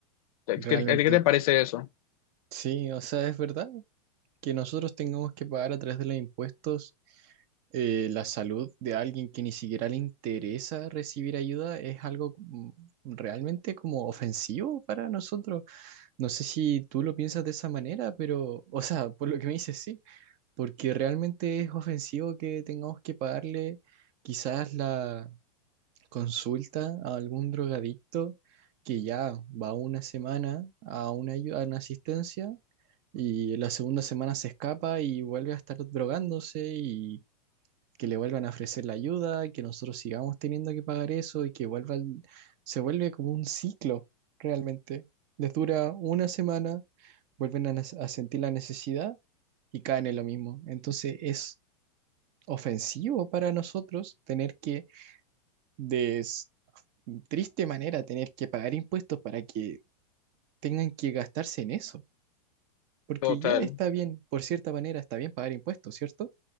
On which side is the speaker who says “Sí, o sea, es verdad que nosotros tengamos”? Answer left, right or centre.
Right